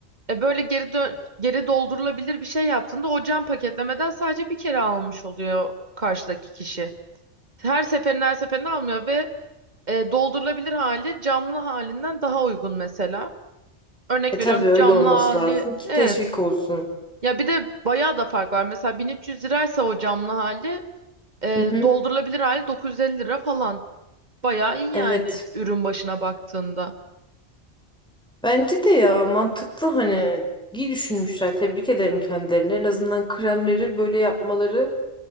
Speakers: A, on the right; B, in the centre.
A: E böyle geri dö- geri doldurulabilir bir şey yaptığında o cam paketlemeden sadece bir kere almış oluyor karşıdaki kişi. Her seferinde her seferinde almıyor ve E, doldurulabilir hali camlı halinden daha uygun mesela. Örnek
B: E tabii
A: veriyorum
B: öyle
A: camlı
B: olması
A: hali
B: lazım ki
A: evet.
B: teşvik olsun.
A: Ya bir de bayağı da fark var. Mesela 1300 liraysa o camlı hali e,
B: Hı hı.
A: doldurulabilir hali 950 lira falan. Bayağı iyi
B: Evet.
A: yani ürün başına baktığında.
B: Bence de ya mantıklı hani iyi düşünmüşler. Tebrik ederim kendilerini. En azından kremleri böyle yapmaları